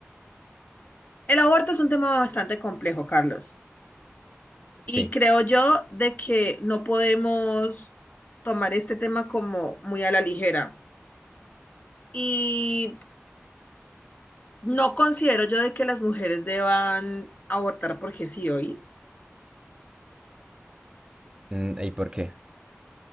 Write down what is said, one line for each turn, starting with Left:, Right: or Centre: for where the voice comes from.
Left: el aborto es un tema bastante complejo, Carlos.
Right: Sí.
Left: Y creo yo de que no podemos tomar este tema como muy a la ligera. Y no considero yo de que las mujeres deban abortar porque sí, ¿oís?
Right: Mm, ¿Y por qué?